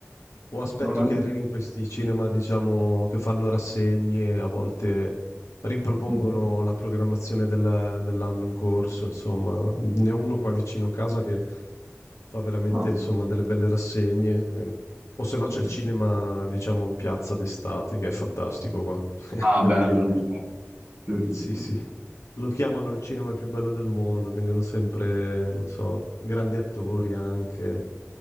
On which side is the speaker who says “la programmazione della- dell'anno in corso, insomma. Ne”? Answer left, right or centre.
Left